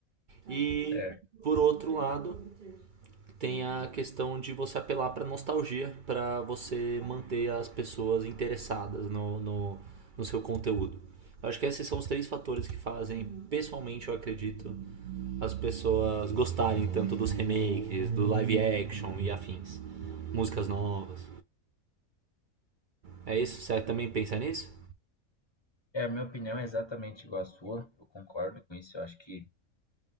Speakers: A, on the right (about 65°); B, on the left (about 20°).
A: E,
B: Certo.
A: por outro lado, tem a questão de você apelar para nostalgia, para você manter as pessoas interessadas no, no, no seu conteúdo. Eu acho que esses são os três fatores que fazem, pessoalmente, eu acredito, as pessoas gostarem tanto dos remakes, do live action e afins, músicas novas. É isso? Você também pensa nisso?
B: É, a minha opinião é exatamente igual à sua. Eu concordo com isso. Eu acho que